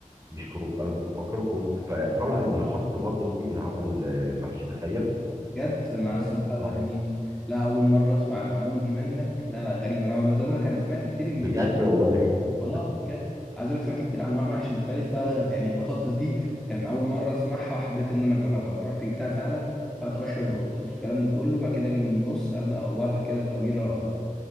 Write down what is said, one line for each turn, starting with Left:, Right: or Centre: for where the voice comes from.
Right: مش كرنب أنا كنت مفكره كرنب فطلع إن الخس برضو ممكن يتعمل آه، محشي تخيل
Centre: بجد انا صراحه
Right: لا.
Centre: لا
Right: اه
Centre: يعني لا اول مره اسمع المعلومه دي منك لا لا غريبه انا زي ما أقولك انا سمعت كتير ان
Right: بجد
Centre: في
Right: والله
Centre: والله
Right: <laughs>
Centre: لا بجد عايز اقول لك سمعت كتير عن انواع محشي مختلفه يعني البطاطس دي كان اول مره اسمعها وحبيت ان انا اجربها فرحت جبتها فعلا بقيت اقشر البطاطس
Right: مم.
Centre: والكلام ده كله وبعد كده اجي من النص ابدا اقورها كده تقويره